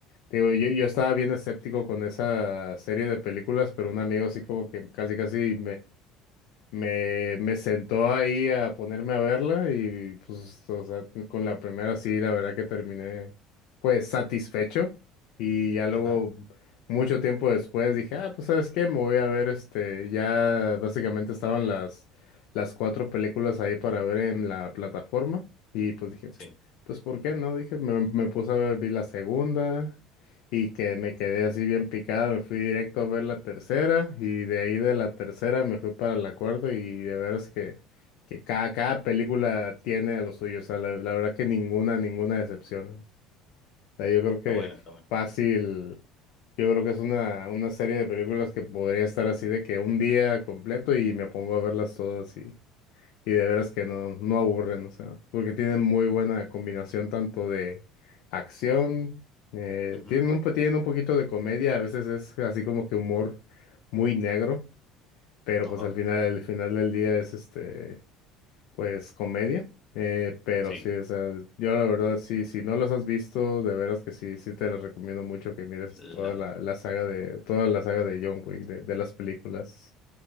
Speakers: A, on the left; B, on the left.
A: te digo, yo, yo estaba bien escéptico con esa serie de películas, pero un amigo así como que casi casi me, me sentó ahí a ponerme a verla y pues, o sea, con la primera sí, la verdad que terminé pues satisfecho y ya luego
B: ajá,
A: mucho tiempo después dije, ah, pues sabes qué, me voy a ver este, ya básicamente estaban las, las cuatro películas ahí para ver en la plataforma y pues dije,
B: sí,
A: pues ¿por qué no? Dije, me, me puse a ver, vi la segunda. Y que me quedé así bien picada, me fui directo a ver la tercera y de ahí de la tercera me fui para la cuarta y de veras que, que cada, cada película tiene lo suyo, o sea, la, la verdad que ninguna, ninguna decepciona. O sea, yo creo
B: está
A: que
B: bueno, está bueno.
A: fácil, yo creo que es una, una serie de películas que podría estar así de que un día completo y me pongo a verlas todas y de veras que no, no aburren, o sea, porque tienen muy buena combinación tanto de acción, eh,
B: Ujú,
A: tienen un, po- tienen un poquito de comedia, a veces es así como que humor muy negro, pero
B: Ajá,
A: pues al final, al final del día es este, pues comedia. Eh, pero
B: sí.
A: sí, o sea, yo la verdad sí, si no los has visto, de veras que sí, sí te los recomiendo mucho que mires
B: La-
A: toda la, la saga de, toda la saga de John Wick, de, de las películas.